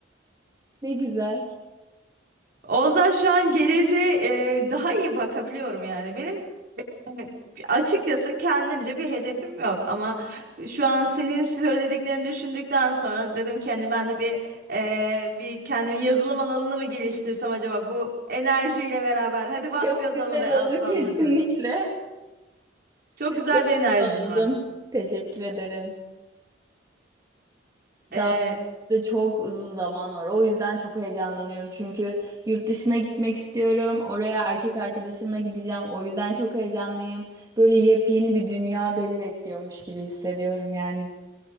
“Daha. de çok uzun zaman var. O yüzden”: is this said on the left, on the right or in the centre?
Right